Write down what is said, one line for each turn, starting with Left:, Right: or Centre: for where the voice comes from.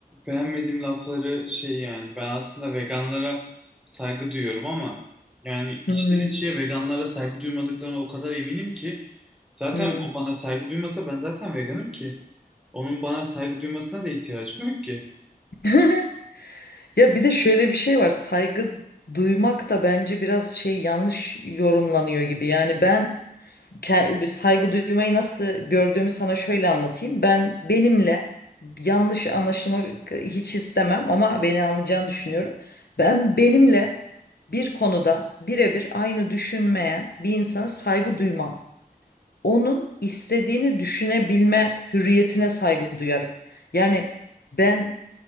Centre: beğenmediğim lafları şey yani ben aslında veganlara saygı duyuyorum ama yani içten
Left: Hmm.
Centre: içe veganlara saygı duymadıklarına o kadar eminim ki zaten
Left: Hmm.
Centre: o bana saygı duymasa ben zaten veganım ki onun bana saygı duymasına da ihtiyacım yok ki.
Left: <laughs> Ya bir de şöyle bir şey var. Saygı duymak da bence biraz şey yanlış yorumlanıyor gibi. Yani ben ke- saygı duymayı nasıl gördüğümü sana şöyle anlatayım. Ben benimle yanlış anlaşılmak hiç istemem ama beni anlayacağını düşünüyorum. Ben benimle bir konuda birebir aynı düşünmeyen bir insana saygı duymam. Onun istediğini düşünebilme hürriyetine saygı duyarım. Yani ben